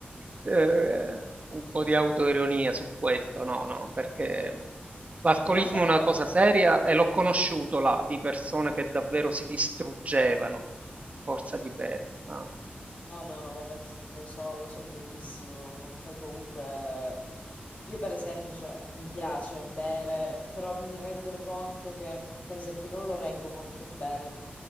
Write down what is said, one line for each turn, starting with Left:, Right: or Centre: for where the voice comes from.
Right: eh, un po' di autoironia su questo, no, no, perché l'alcolismo
Left: No, ma hai fatto...
Right: è una cosa seria e l'ho conosciuto là di persone che davvero si distruggevano a forza
Left: sì,
Right: di bere.
Left: sì.
Right: ma-
Left: No, no, no, vabbè, sì, lo so, lo so benissimo. Poi comunque, io per esempio, cioè, mi piace bere, però mi rendo conto che, per esempio, non lo reggo molto bene.